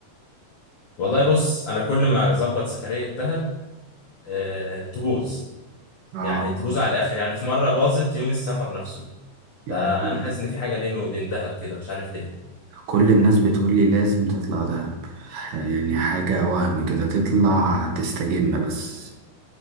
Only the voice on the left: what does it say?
والله بص انا كل ما اظبط سفريه دهب آه، تبوظ
يعني تبوظ على الاخر يعني في مره باظت يوم السفر نفسه
فانا حاسس ان في حاجه بيني وبين دهب كده مش عارف ليه